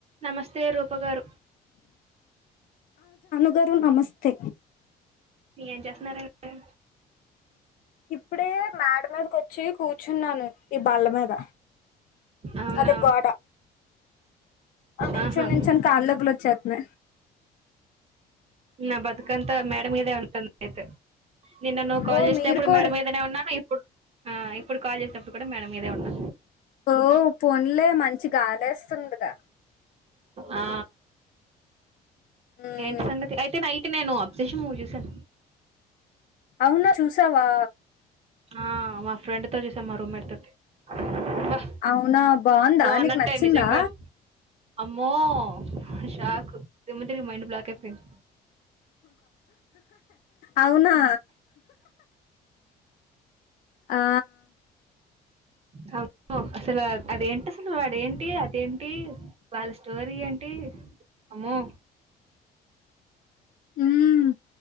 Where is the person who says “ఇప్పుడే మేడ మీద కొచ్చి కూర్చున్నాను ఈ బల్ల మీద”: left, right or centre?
Left